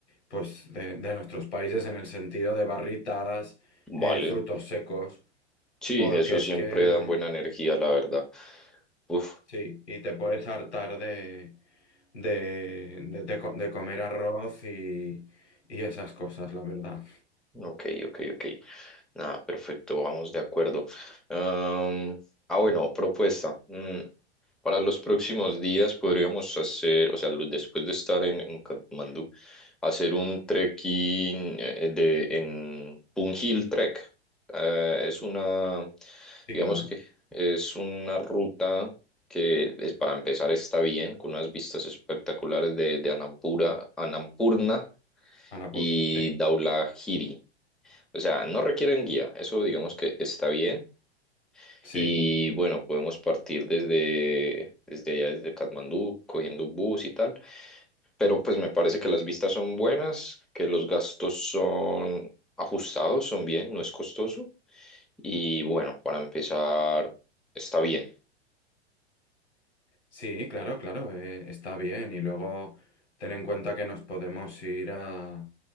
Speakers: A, on the left; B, in the centre.
A: pues de, de nuestros países en el sentido de barritadas, eh,
B: vale.
A: frutos secos,
B: Sí,
A: porque
B: eso
A: es
B: siempre
A: que
B: dan
A: mm,
B: buena energía, la verdad. Uf,
A: sí, y te puedes hartar de, de, de- de co- de comer arroz y, y esas cosas, la verdad.
B: ok, ok, ok. Ah, perfecto, vamos de acuerdo. Am, ah, bueno, propuesta. Mm, para los próximos días podríamos hacer, o sea, lo- después de estar en, en Katmandú, hacer un trekking eh, de, en Punjil Trek. Eh, es una,
A: Sí,
B: digamos
A: claro,
B: que es una ruta que es, para empezar está bien, con unas vistas espectaculares de, de Anampura, Annapurna
A: a la
B: y
A: pulga, sí,
B: Dhaulagiri. O sea, no requieren guía, eso digamos que está bien.
A: sí.
B: Y bueno, podemos partir desde, desde allá, desde Katmandú, cogiendo bus y tal. Pero pues me parece que las vistas son buenas, que los gastos son ajustados, son bien, no es costoso. Y bueno, para empezar, está bien.
A: Sí, claro, claro, eh, está bien. Y luego ten en cuenta que nos podemos ir a...